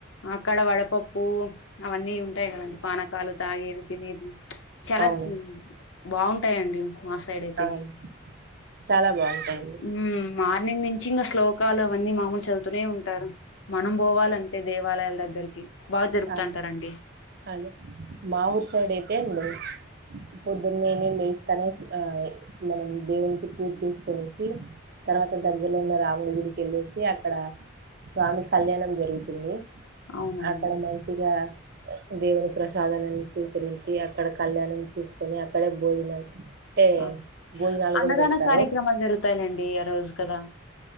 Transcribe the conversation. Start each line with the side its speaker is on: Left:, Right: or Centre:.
Left: ఆ అక్కడ వడపప్పు అవన్నీ ఉంటాయి కదండి పానకాలు తాగేవి తినేది చాలా
Right: అవును
Left: సు బాగుంటాయండి మా సైడ్ అయితే
Right: అవును చాలా బాగుంటాయండి
Left: హ్మ్ మార్నింగ్ నుంచి ఇంకా స్లో కాలు అవన్నీ మామూలు చదువుతూనే ఉంటారు మనం పోవాలంటే దేవ వాలయాల దగ్గరికి బాగా జరుపుతంటారండి
Right: ఆ అదే మాఊర్ సైడ్ అయితే అ పొద్దున్నేన లే తనేసి ఏ మనం దేవునికి పూజ చేసుకొనేసి సి తర్వాత దగ్గలో ఉన్న రాము మంగళగుడికి వెళ్ళేసి అక్కడ స్వామి కళ్యాణం జరుగుతుంది
Left: అవునండి
Right: అక్కడ మంచిగా దేవుని ప్రసాదలన్ని స్వీకరించి అక్కడ కళ్యాణం చూసుకొని అక్కడే భోజనాలు అంటే
Left: ఆ
Right: భోజనాలు
Left: అన్నదాన
Right: కూడా పెడతారు
Left: కార్యక్రమాలు జరుగుతాయిలేండి ఆ రోజు కదా